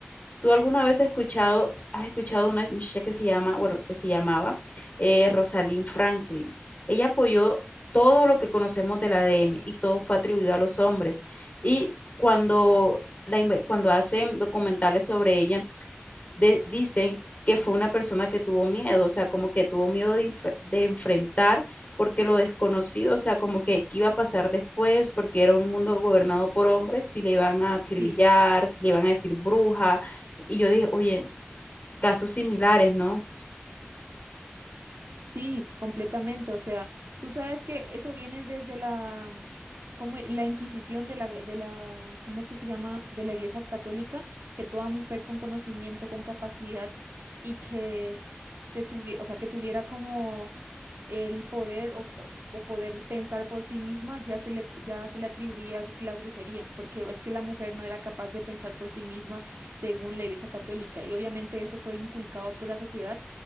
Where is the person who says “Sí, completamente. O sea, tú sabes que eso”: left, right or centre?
Right